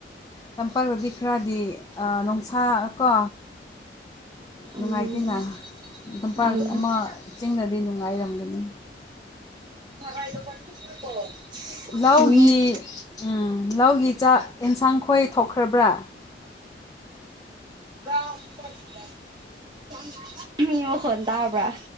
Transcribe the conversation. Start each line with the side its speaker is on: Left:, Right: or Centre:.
Left: ꯇꯄꯥꯛꯗꯗꯤ ꯈꯔꯗꯤ ꯅꯨꯡꯁꯥ ꯀꯣ
Right: ꯎꯝ
Left: ꯅꯨꯡꯉꯥꯏꯇꯅ ꯇꯥꯝꯄꯥꯛ
Right: ꯎꯝ
Left: ꯑꯃ ꯆꯤꯡꯅꯗꯤ ꯅꯨꯡꯉꯥꯏꯔꯝꯒꯅꯤ
Right: <unintelligible>
Left: ꯂꯧꯒꯤ ꯎꯝ ꯂꯧꯒꯤ ꯆꯥꯛ ꯑꯦꯟꯁꯥꯡ ꯈꯣꯏ ꯊꯣꯛꯈ꯭ꯔꯕ꯭ꯔꯥ
Right: <unintelligible> <unintelligible> ꯃꯤ ꯑꯣꯈꯣꯟ ꯇꯥꯕ꯭ꯔꯥ